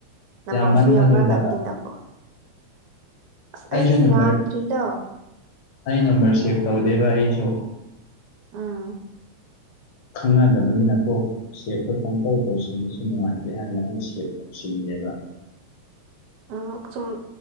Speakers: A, on the right; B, on the left.
A: ꯅꯝꯕꯔꯁꯤ
B: ꯌꯥꯝꯃꯟꯕꯗꯨꯗ
A: ꯌꯥꯎꯅꯗꯕꯅꯤꯅꯀꯣ ꯑꯁ
B: ꯑꯩꯁꯨ
A: ꯑꯩꯗꯤ
B: ꯅꯝꯕꯔ
A: ꯌꯥꯝꯗ꯭ꯔꯤꯗ
B: ꯑꯩ ꯅꯝꯕꯔ ꯁꯦꯚ ꯇꯧꯗꯦꯕ ꯑꯩꯁꯨ
A: ꯎꯝ꯫
B: ꯈꯪꯅꯗꯕꯅꯤꯅ ꯀꯣ ꯁꯦꯞꯇꯣ ꯄꯪꯇꯧ ꯇꯧꯁꯤꯟꯕꯁꯨ ꯅꯨꯡꯉꯥꯏꯇꯦ ꯍꯥꯏꯅ ꯑꯩ ꯁꯦꯞ ꯇꯧꯁꯤꯟꯗꯦꯕ
A: ꯑꯥ ꯁꯨꯝ